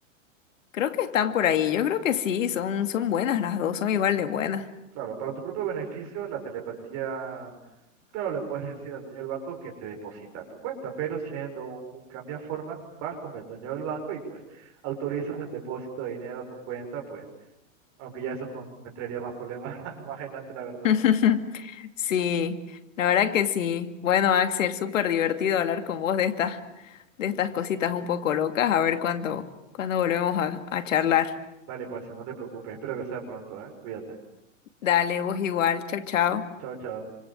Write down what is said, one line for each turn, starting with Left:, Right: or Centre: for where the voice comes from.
Left: creo que están por ahí. Yo creo que sí, son, son buenas las dos, son igual de buenas.
Right: Claro, para tu propio beneficio, la telepatía, claro, le puedes decir al dueño del banco que te deposita a tu cuenta, pero siendo un forma, vas con el dueño del banco y pues autorizas el depósito de dinero a tu cuenta, pues, aunque ya eso con- me traería más problemas <laughs> más adelante, la verdad.
Left: <laughs> Sí, la verdad que sí. Bueno, Axel, súper divertido hablar con vos de estas, de estas cositas un poco locas. A ver cuándo, cuándo volvemos a, a charlar.
Right: Dale, parce, no te preocupes, espero que sea pronto, ¿eh? Cuídate.
Left: Dale, vos igual. Chau, chau.
Right: Chao, chao.